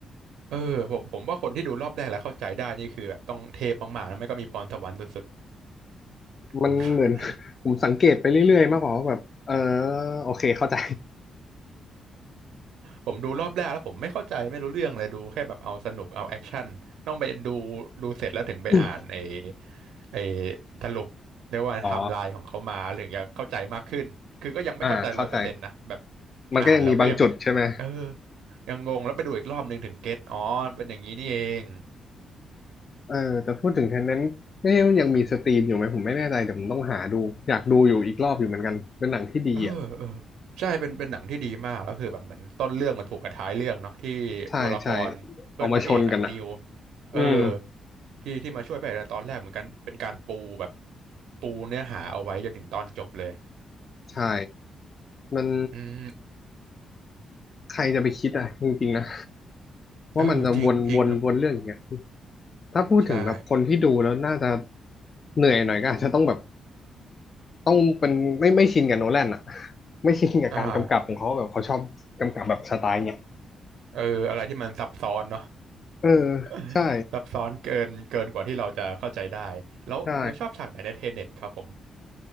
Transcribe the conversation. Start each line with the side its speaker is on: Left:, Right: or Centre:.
Right: เออผมผมว่าคนที่ดูรอบแรกแล้วเข้าใจได้นี่คือแบบต้องเทพมากๆแล้ไม่ก็มีพรสวรรค์สุดๆผม
Left: มันเหมือน
Right: <laughs>
Left: <laughs> ผมสังเกตไปเรื่อยๆมากกว่าว่าแบบเออโอเคเข้าใจ
Right: ผมดูรอบแรกแล้วผมไม่เข้าใจไม่รู้เรื่องเลยดูแค่แบบเอาสนุกเอาแอคชั่นต้องไปดูดูเสร็จแล้วถึงไปอ่านไอ้
Left: <coughs>
Right: ไอ้สรุปเรียกว่าไทม์ไลน์ของเขามาถึงจะเข้าใจมากขึ้นคือก็ยังไม่เข้าใจร้อยเปอร์เซ็นต์นะแบบ
Left: อ๋ออ่าเข้าใจ มันก็ยังมีบางจุดใช่ไหม
Right: อ่านแล้วก็ยังแบบเออยังงงแล้วไปดูอีกรอบหนึ่งถึงเก็ตอ๋อเป็นอย่างนี้นี่เอง
Left: เออแต่พูดถึงแทนนั้นเนี่ยยังมีสตรีมอยู่ไหมผมไม่แน่ใจเดี๋ยวผมต้องหาดูอยากดูอยู่อีกรอบอยู่เหมือนกันเป็นหนังที่ดีอ่ะ
Right: เออเออใช่เป็นเป็นหนังที่ดีมากแล้วคือแบบเหมือนต้นเรื่องมันผูกกับท้ายเรื่องเนาะที่ตัวละครเพื่อนพระเอกอะนิว
Left: ใช่ใช่เอามาชนกันอ่ะ
Right: เออ
Left: อืม
Right: ที่ที่มาช่วยพระเอกในตอนแรกเหมือนกันเป็นการปูแบบปูเนื้อหาเอาไว้จนถึงตอนจบเลย
Left: ใช่ มัน
Right: อืม
Left: ใครจะไปคิดอ่ะจริงๆนะว่ามันจะวนวนวนเรื่องอย่างเงี้ย
Right: เออจริงจริงครับ
Left: ถ้าพูดถึงแบบคนที่ดูแล้วน่าจะ
Right: ใช่
Left: เหนื่อยหน่อยก็อาจจะต้องแบบต้องเป็นไม่ไม่ชินกับโนแลนอ่ะไม่ชินกับการกำกับของเขาแบบเขาชอบกำกับแบบสไตล์เนี้ย
Right: อ่าเอออะไรที่มันซับซ้อนเนาะ
Left: เออ
Right: <laughs>
Left: ใช่
Right: ซับซ้อนเกินเกินกว่าที่เราจะเข้าใจได้แล้วเราชอบฉากไหนในเทเน็ตครับผม
Left: ใช่